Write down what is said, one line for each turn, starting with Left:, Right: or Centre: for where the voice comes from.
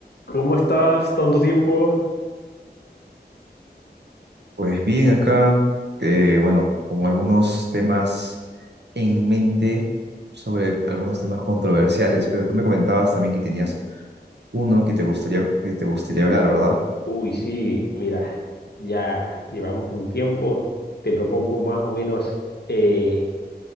Left: ¿Cómo estás? Tanto tiempo.
Right: Pues bien, acá, eh, bueno, con algunos temas en mente sobre algunos temas controversiales, pero tú me comentabas también que tenías uno que te gustaría, que te gustaría hablar, ¿verdad?
Left: Uy, sí, mira, ya llevamos un tiempo. Te propongo más o menos, eh,